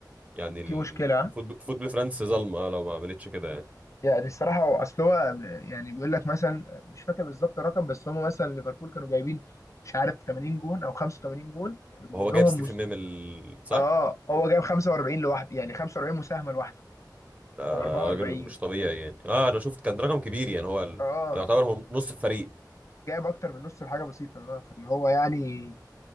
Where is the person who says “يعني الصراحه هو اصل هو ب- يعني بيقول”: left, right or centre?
Left